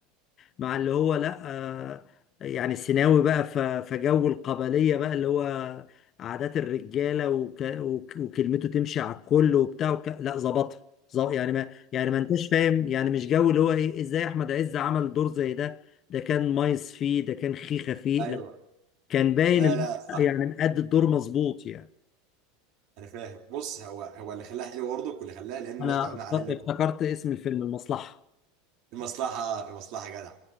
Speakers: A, on the left; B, on the right.
A: مع اللي هو لا آه، يعني سيناوي بقى ف- فجو القبلية بقى اللي هو عادات الرجالة وك وك وكلمته تمشي على الكل وبتاع وك لا ظبطها ظ- يعني ما يعني ما انتش فاهم يعني مش جو اللي هو ايه ازاي احمد عز عمل دور زي ده ده كان مايس فيه ده كان خيخة فيه
B: ايوه
A: لا كان باين
B: لا
A: اللي
B: لا صح
A: هو يعني مأدي الدور مظبوط يعني
B: انا فاهم بص هو هو اللي خلاها حلوه برضه واللي خلاها لان الناس
A: انا
B: متعودين
A: افت-
B: على اللي
A: افتكرت
B: هو
A: اسم الفيلم المصلحة
B: المصلحة المصلحة جدع